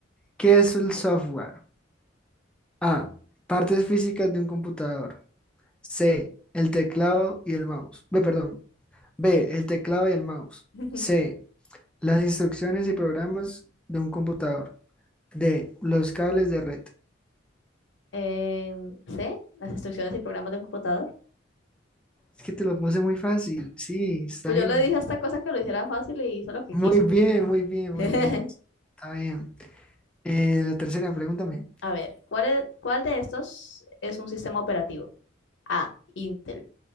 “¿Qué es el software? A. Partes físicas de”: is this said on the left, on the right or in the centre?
Centre